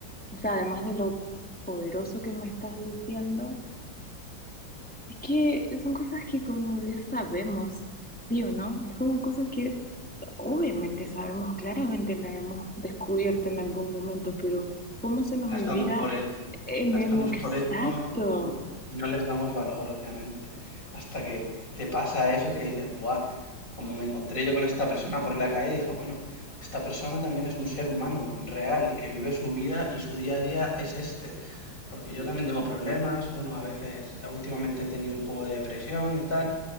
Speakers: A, in the centre; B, on the left (about 40°).
A: O sea, además de lo poderoso que me estás diciendo. Es que son cosas que como ya sabemos, ¿sí o no? Es como cosas que obviamente sabemos, claramente la hemos descubierto en algún momento, pero ¿cómo se nos
B: Las
A: olvida
B: damos por hecho,
A: en
B: las
A: el
B: damos
A: lo exacto?
B: por hecho y y no les damos valor, obviamente, hasta que te pasa eso que dices, ¡buah! Como me encontré yo con esta persona por la calle, dijo, bueno, esta persona también es un ser humano real, que vive su vida y su día a día es este. Porque yo también tengo problemas, bueno, a veces, eh, últimamente he tenido un poco de depresión y tal,